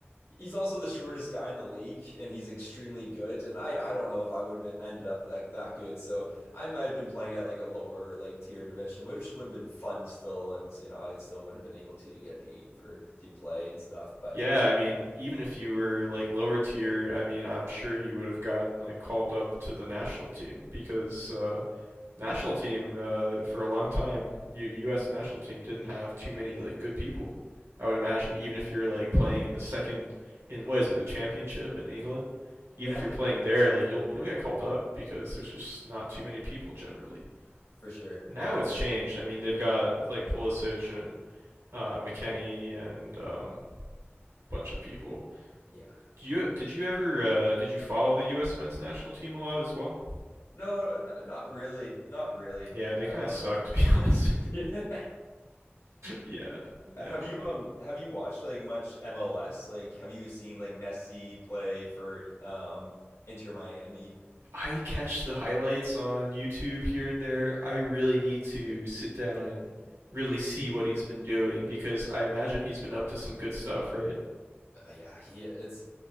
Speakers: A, on the left; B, on the right.
A: he's also the shortest guy in the league, and he's extremely good. And I I don't know if I would have been ended up like that good, so I might have been playing at like a lower like tier division, which would have been fun still, and you know I still would have been able to get paid for to play and stuff. But
B: Yeah, I mean, even if you were like lower tier, I mean, I'm sure you would have gotten like called up to the national team because uh, national team uh, for a long time. U- U.S. national team didn't have too many like good people. I would imagine even if you're like playing in the second in what is it the championship in England, even
A: yeah,
B: if you're playing there, like you'll you'll get called up because there's
A: for,
B: just not too many people generally.
A: for sure,
B: Now
A: yeah,
B: it's
A: no,
B: changed. I mean they've got like Pulisic and uh, McKenny and um, a bunch of people.
A: yeah.
B: Do you did you ever uh, did you follow the U.S. men's national team a lot as well?
A: No, n- not really, not really.
B: Yeah, they
A: Um,
B: kind of sucked, to be honest.
A: <laughs>
B: <laughs> yeah,
A: Have
B: yeah.
A: you um have you watched like much MLS? Like, have you seen like Messi play for um Inter Miami?
B: I catch the highlights on YouTube here and there. I really need to sit down and really see what he's been doing because I imagine he's been up to some good stuff, right?
A: Uh, yeah, he it's